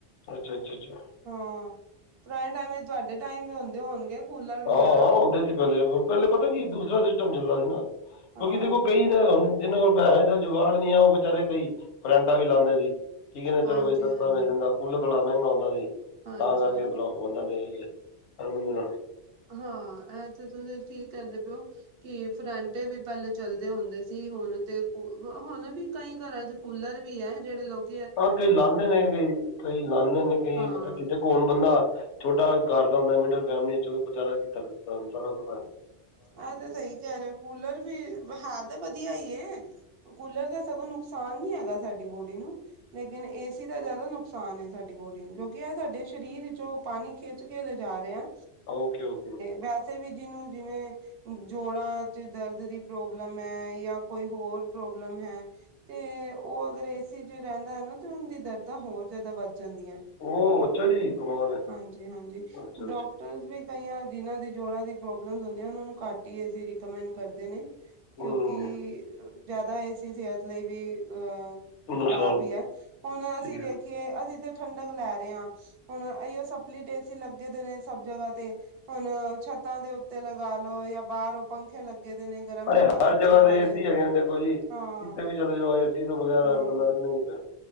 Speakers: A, on the left; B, on the right.
A: ਅ ਜ ਜ ਜ
B: ਹਾਂ ਪੁਰਾਣੇ ਟਾਈਮ ਵਿੱਚ ਤੁਹਾਡੇ ਟਾਈਮ ਵੀ ਹੁੰਦੇ ਹੋਣਗੇ। ਕੂਲਰ ਵਗੈਰਾ
A: ਹਾਂ -ਹਾਂ ਹੁੰਦੇ ਸੀ ਪਹਿਲੇ, ਪਹਿਲੇ
B: ਹਾਂ
A: ਪਤਾ ਕੀ ਦੂਸਰਾ ਸਿਸਟਮ ਚੱਲਦਾ ਸੀ ਨਾ। ਕਿਉਂਕਿ
B: ਹਾਂ
A: ਦੇਖੋ ਕਈ ਨਾ ਹਣ ਜਿਹਨਾਂ ਕੋਲ ਪੈਸੇ ਦਾ ਜੁਗਾੜ ਨਹੀਂ ਆ, ਉਹ ਵਿਚਾਰੇ ਕਈ ਫਰੈਂਟਾਂ ਵੀ ਲਾਉਂਦੇ ਸੀ। ਠੀਕ ਹੈ ਨਾ
B: ਹਾਂਜੀ
A: ਚਲੋ ਬਈ ਸਸਤਾ
B: ਹਾਂਜੀ
A: ਮਿਲ ਜਾਂਦਾ ਕੂਲਰ ਥੋੜਾ ਮਹਿੰਗਾ ਹੁੰਦਾ ਸੀ
B: ਹਾਂਜੀ
A: ਤਾਂ ਕਰਕੇ ਹੁੰਦਾ ਤੇ ਅਰ ਬੰਧਗਾ
B: ਹਾਂ ਐਸੇ ਤੁਸੀਂ ਠੀਕ ਕਹਿੰਦੇ ਪਓ ਕਿ ਫਰੈਂਟੇ ਵੀ ਪਹਿਲੇ ਚੱਲਦੇ ਹੁੰਦੇ ਸੀ ਹੁਣ ਤੇ ਹੁਣ ਵੀ ਕਈ ਘਰਾਂ ਚ ਕੂਲਰ ਵੀ ਹੈ, ਜਿਹੜੇ ਲੋਕ
A: ਹਾਂ ਕਈ ਲਾਉਦੇ ਨੇ ਕਈ -ਕਈ ਲਾਉਂਦੇ ਨੇ ਕਈ
B: ਹਾਂ
A: ਪਤਾ ਕਿਦ ਕੋ ਹੁਣ ਬੰਦਾ ਛੋਟਾ ਘਰ ਮਿਡਲ ਫੈਮਲੀ ਚੋਂ ਤੁਹਾਨੂੰ ਸਾਰਾ ਪਤਾ ਹੈ।
B: ਆਹ ਤੇ ਸਹੀ ਕਹਿ ਰਹੇ ਹੋ ਕੂਲਰ ਵੀ ਹਾਂ ਤੇ ਵਧੀਆ ਈ ਏ। ਕੂਲਰ ਦਾ ਸਗੋਂ ਨੁਕਸਾਨ ਨੀ ਹੈਗਾ ਸਾਡੀ ਬੋਡੀ ਨੂੰ ਲੇਕਿਨ ਏਸੀ ਦਾ ਜਿਆਦਾ ਨੁਕਸਾਨ ਸਾਡੀ ਬੋਡੀ ਨੂੰ ਕਿਉਂਕਿ ਇਹ ਸਾਡੇ ਸਰੀਰ ਜੋ ਪਾਣੀ ਖਿੱਚ ਕੇ ਲਿਜਾ ਰਿਹਾ ਹੈ
A: ਓਕੇ -ਓਕੇ ਓਕੇ
B: ਵੈਸੇ ਵੀ ਜਿਹਨੂੰ ਜਿਵੇਂ ਜੋੜਾਂ 'ਚ ਦਰਦ ਦੀ ਪ੍ਰੋਬਲਮ ਹੈ ਜਾਂ ਕੋਈ ਹੋਰ ਪ੍ਰੋਬਲਮ ਹੈ, ਤੇ ਔ ਅਗਰ ਏ ਸੀ ਚ ਰਹਿੰਦਾ ਹੈ ਨਾ, ਤੇ ਉਹਨਾਂ ਦੀ ਦਰਦਾਂ ਹੋਰ ਜ਼ਿਆਦਾ ਵੱਧ ਜਾਂਦੀਆਂ,
A: ਉਹ ਅੱਛਾ ਜੀ ਕਮਾਲ ਹੈ
B: ਹਾਂਜੀ ਹਾਂਜੀ,
A: ਅੱਛਾ
B: ਡਾਕਟਰਸ
A: ਜੀ
B: ਵੀ ਕਈਆਂ ਜਿਨ੍ਹਾਂ ਦੀ ਜੋੜਾਂ ਦੀ ਪ੍ਰੋਬਲਮ ਹੁੰਦੀਆਂ ਉਹਨਾਂ ਨੂੰ ਘੱਟ ਹੀ ਏ ਸੀਂ, ਰਿਕਮੈਂਡ ਕਰਦੇ ਨੇ ਕਿਉਂਕਿ
A: ਹੂੰ
B: ਜ਼ਿਆਦਾ ਏ ਸੀ, ਸਿਹਤ ਲਈ ਵੀ ਅਹ ਔ
A: ਨੁਕਸਾਨ
B: ਖ਼ਰਾਬ ਹੀ ਹੈ, ਹੁਣ ਅਸੀਂ
A: ਠੀਕ
B: ਵੇਖੀਏ ਅਸੀਂ ਤੇ ਠੰਡਕ ਲੈ ਰਹੇ ਆਂ, ਹੁਣ ਇਓ ਸਪਲਿਟ ਏਸੀ ਲੱਗੇ ਦੇ ਨੇ ਸਭ ਜਗ੍ਹਾ ਤੇ ਹੁਣ ਛੱਤਾਂ ਦੇ ਉੱਤੇ ਲਗਾ ਲੋ, ਜਾਂ ਬਾਹਰ ਉਹ ਪੰਖੇ ਲੱਗੇ ਦੇ ਨੇ ਗਰਮ
A: ਪਰ
B: ਹਵਾ
A: ਹਰ
B: ਖਿੱਚਣ
A: ਜਗ੍ਹਾ
B: ਵਾਲੇ
A: ਦੇ ਏਸੀ ਹੈਗੇ ਨੇ, ਦੇਖੋ ਜੀ ਕਿਤੇ
B: ਹਾਂ
A: ਵੀ ਚਲੇੋ ਜਾ ਏ ਸੀ ਤੋਂ ਬਗੈਰ
B: ਹਾਂ
A: ਬੰਦਾ ਰਹਿੰਦਾ ਹੋ ਗਯਾ।